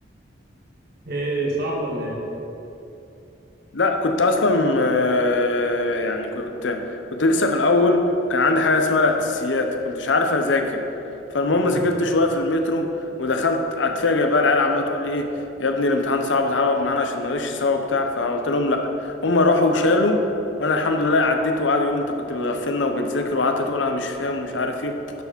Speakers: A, on the right (about 55°); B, on the left (about 70°).
A: ايه صعب ولا ايه
B: لا كنت اصلا آه، يعني كنت كنت لسه في الاول وكان عندي حاجه اسمها الاساسيات فكنتش عارف اذاكر فالمهم
A: امم
B: ذاكرت شويه في المترو ودخلت اتفاجئ بقى العيال عماله تقول ايه يا ابني الامتحان صعب تعالى اقعد معانا عشان نغش سوا وبتاع فقلت لهم لا هم راحوا وشالوا وانا الحمد لله عديت وقعدوا يقولوا انت كنت بتغفلنا وبتذاكر وقعدت تقول انا مش فاهم ومش عارف ايه